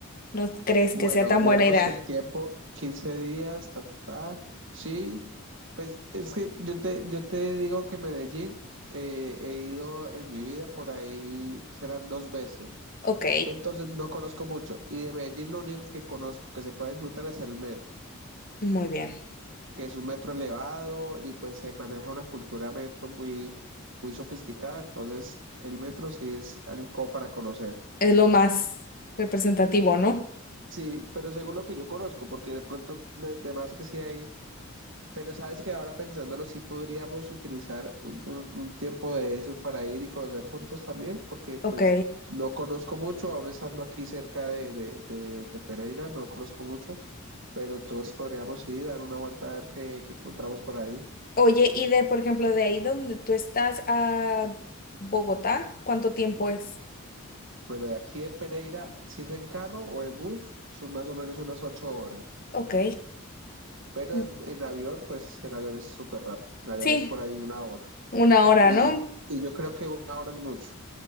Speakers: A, on the left; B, on the right.
A: ¿No crees
B: Bueno,
A: que sea tan
B: digamos
A: buena idea?
B: que el tiempo, 15 días, ta, ta, ta. Sí, pues es que yo te, yo te digo que Medellín eh, he ido en mi vida por ahí, serán dos veces.
A: Ok,
B: Entonces no conozco mucho. Y de Medellín lo único que conozco que se puede disfrutar es el metro,
A: muy bien.
B: que es un metro elevado y pues se maneja una cultura metro muy, muy sofisticada. Entonces el metro sí es algo como para conocer.
A: Es lo más representativo, ¿no?
B: Sí, pero según lo que yo conozco, porque de pronto, de, de más que sí hay, pero sabes que ahora pensándolo, sí podríamos utilizar un, un- un tiempo de esos para ir y conocer juntos también, porque pues
A: Ok.
B: no conozco mucho, aún estando aquí cerca de, de, de, de Pereira, no conozco mucho, pero entonces podríamos ir, dar una vuelta a ver qué, qué encontramos por ahí.
A: Oye, y de, por ejemplo, de ahí donde tú estás a Bogotá, ¿cuánto tiempo es?
B: Bueno, de aquí de Pereira, si es en carro o en bus, son más o menos unas ocho horas,
A: Ok.
B: pero
A: mm,
B: en, en avión, pues en avión es súper rápido, en avión
A: Sí,
B: es por ahí una hora.
A: una hora,
B: Y,
A: ¿no?
B: y yo creo que una hora es mucho.